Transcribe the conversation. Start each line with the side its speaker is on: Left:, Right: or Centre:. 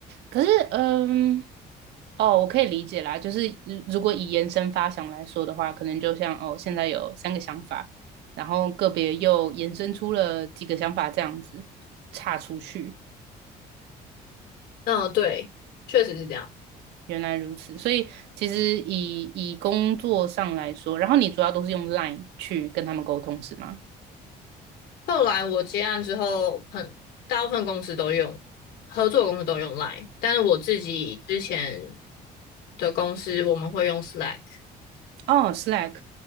Right: 可是嗯，哦，我可以理解啦，就是如如果以延伸发想来说的话，可能就像哦，现在有三个想法，然后个别又延伸出了几个想法这样子岔出去，
Left: 嗯，对，确实是这样。
Right: 原来如此，所以其实以以工作上来说，然后你主要都是用 Line 去跟他们沟通是吗？
Left: 后来我接案之后，很大部分公司都用，合作公司都用 Line，但是我自己之前的公司我们会用 Slack。
Right: 哦，Slack，